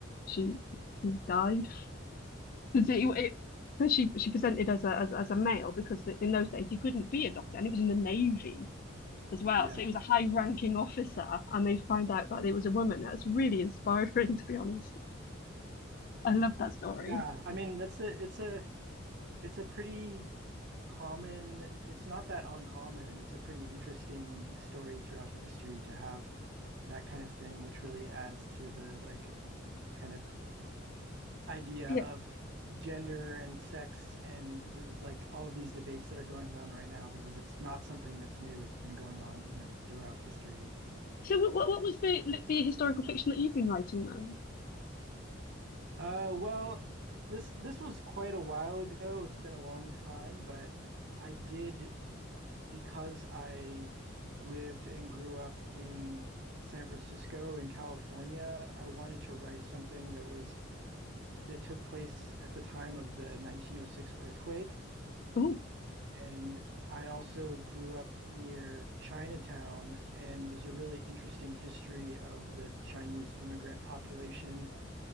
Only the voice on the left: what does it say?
she she died because
it, it 'cause she she presented as a as, as a male because th- in those days you couldn't be a doctor and it was in the Navy as well
so it was a high ranking officer and they find out that it was a woman that's really inspiring <laughs> to be honest I love that story
yeah
so what what, what was the the historical fiction that you've been writing then
oh